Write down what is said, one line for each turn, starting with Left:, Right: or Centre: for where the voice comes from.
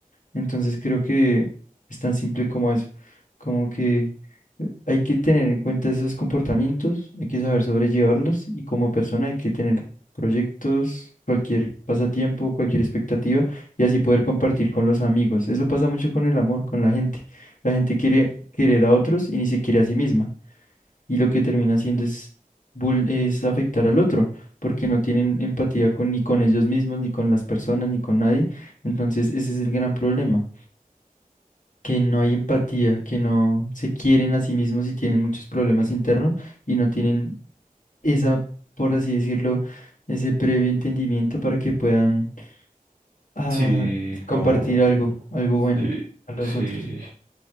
Left: Entonces creo que es tan simple como eso, como que eh, hay que tener en cuenta esos comportamientos, hay que saber sobrellevarlos y como persona hay que tener proyectos, cualquier pasatiempo, cualquier expectativa y así poder compartir con los amigos. Eso pasa mucho con el amor, con la gente. La gente quiere querer a otros y ni se quiere a sí misma. Y lo que termina haciendo es, vul- es afectar al otro, porque no tienen empatía con, ni con ellos mismos, ni con las personas, ni con nadie. Entonces, ese es el gran problema, que no hay empatía, que no se quieren a sí mismos y tienen muchos problemas internos y no tienen esa, por así decirlo, ese previo entendimiento para que puedan a
Right: Sí,
Left: compartir
Right: como,
Left: algo, algo bueno
Right: sí,
Left: a los
Right: sí,
Left: otros.